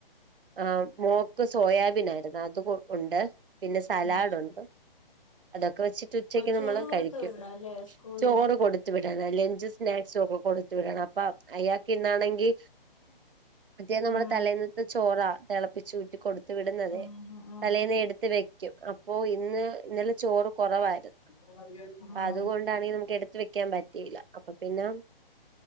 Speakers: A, on the right; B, on the left.
A: ആഹ് മോക്ക് സോയാബീൻ ആയിരുന്നു അത് ഉണ്ട് പിന്നെ സലാഡുണ്ട്
B: ഉം
A: അതൊക്കെ വെച്ചിട്ട് ഉച്ചക്ക്
B: ചോറ്
A: നമ്മള്
B: കൊടുത്ത്
A: കഴിക്കും
B: വിടണം അല്ലേ സ്കൂളില്
A: ചോറ് കൊടുത്ത് വിടണം ലഞ്ചും സ്നാക്സും ഒക്കെ കൊടുത്ത് വിടണം അപ്പൊ അയാക്ക് ന്ന്ആണെങ്കി മറ്റേ നമ്മുടെ
B: ഉം
A: തലേന്നത്തെ ചോറാ തിളപ്പി ച്ചൂറ്റി കൊടുത്തു വിടുന്നത്
B: ഉം ഉം
A: തലേന്ന് എടുത്ത് വെ ക്ക്യും അപ്പോ ഇന്ന് ഇന്നലെ ചോറ് കുറവായിരുന്ന്
B: ഉം ഉം
A: അത് കൊണ്ടാണെങ്കി നമുക്ക് എടുത്ത് വെയ്ക്കാം പറ്റിയില്ല അപ്പൊ പിന്നെ